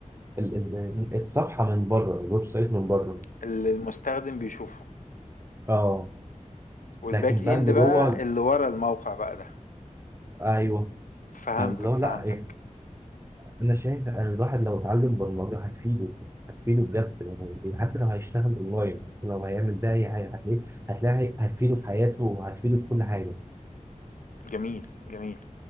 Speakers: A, on the right; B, on the left.
A: ال... ال... الصفحة من بره الويب سايت من بره
B: اللي المستخدم بيشوفه
A: اه
B: والباك
A: لكن
B: اند
A: بقى اللي
B: بقى
A: جوه
B: اللي ورا الموقع بقى ده
A: ايوه
B: فهمتك
A: فاللي هو
B: فهمتك
A: لا يعني انا شايف ان الواحد لو اتعلم برمجه هتفيده هتفيده بجد يعني حتى لو هيشتغل اونلاين حتى لو هيعمل بقى اي حاجه هتلاقيه هتلاقي هتفيده في حياته وهتفيده في كل حاجه
B: جميل جميل